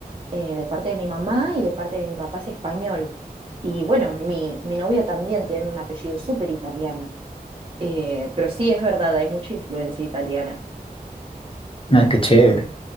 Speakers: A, on the right; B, on the left.
A: eh, de parte de mi mamá y de parte de mi papá es español. Y bueno, mi, mi novio también tiene un apellido súper italiano. Eh, pero sí, es verdad, hay mucha influencia italiana.
B: Ah, qué chévere.